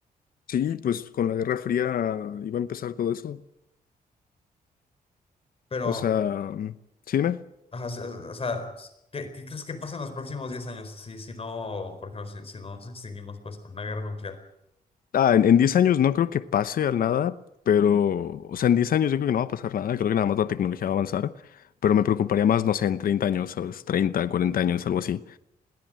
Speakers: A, on the left (about 65°); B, on the left (about 40°).
A: Sí, pues con la Guerra Fría iba a empezar todo eso.
B: Pero
A: O sea, Mm. Sí, dime.
B: Ajá, o sea, o sea, ¿qué, qué crees que pasa en los próximos 10 años? Si, si no, por ejemplo, si, si no nos extinguimos pues con una guerra nuclear.
A: Ah, en, en 10 años no creo que pase al nada, pero, o sea, en 10 años yo creo que no va a pasar nada, creo que nada más la tecnología va a avanzar, pero me preocuparía más, no sé, en 30 años, ¿sabes? treinta 40 años, algo así.